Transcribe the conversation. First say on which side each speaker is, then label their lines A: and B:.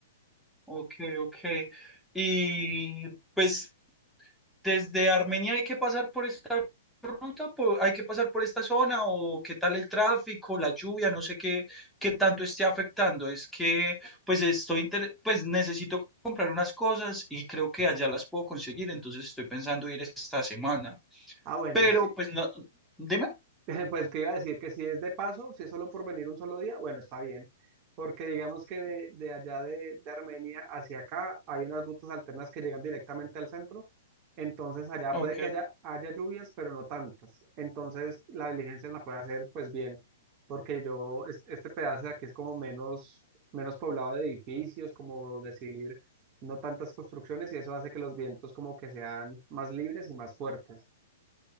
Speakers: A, in the centre; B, on the right.
A: Ok, ok. Y pues desde Armenia hay que pasar por esta ruta, po- hay que pasar por esta zona o qué tal el tráfico, la lluvia, no sé qué, qué tanto esté afectando. Es que pues estoy inter- pues necesito comprar unas cosas y creo que allá las puedo conseguir, entonces estoy pensando ir esta semana.
B: Ah, bueno,
A: Pero
B: sí,
A: pues no, dime.
B: <laughs> Pues que iba a decir que si es de paso, si es solo por venir un solo día, bueno, está bien, porque digamos que de, de allá de, de Armenia hacia acá hay unas rutas alternas que llegan directamente al centro, entonces allá
A: Ok.
B: puede que haya, haya lluvias, pero no tantas, entonces la diligencia la puede hacer pues bien, porque yo, es- este pedazo de aquí es como menos, menos poblado de edificios, como decir, no tantas construcciones y eso hace que los vientos como que sean más libres y más fuertes.